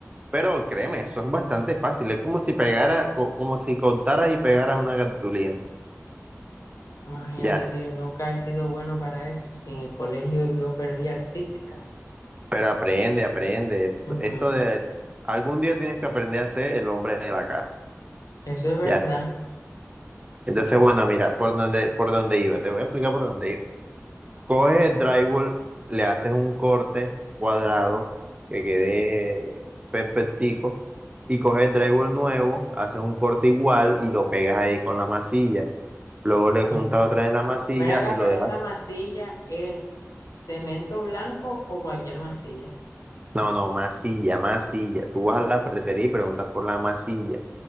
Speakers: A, on the right; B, on the left.
A: Pero créeme, eso es bastante fácil. Es como si pegara, co- como si cortaras y pegaras una cartulina.
B: Imagínate
A: Ya.
B: tú, yo nunca he sido bueno para eso. Si en el colegio yo perdí artística.
A: Pero aprende, aprende. Esto,
B: Ujú,
A: esto de algún día tienes que aprender a ser el hombre de la casa.
B: Eso es verdad.
A: Ya. Entonces, bueno, mira, por donde, por dónde iba. Te voy a explicar por dónde iba. Coges el drywall, le haces un corte cuadrado que quede perfectico y coges el drywall nuevo, haces un corte igual y lo pegas ahí con la masilla. Luego le juntas
B: Ujú, ujú.
A: otra vez la masilla
B: Ven acá,
A: y lo
B: pero
A: dejas.
B: esa masilla es cemento blanco o cualquier masilla.
A: No, no, masilla, masilla. Tú vas a la ferretería y preguntas por la masilla.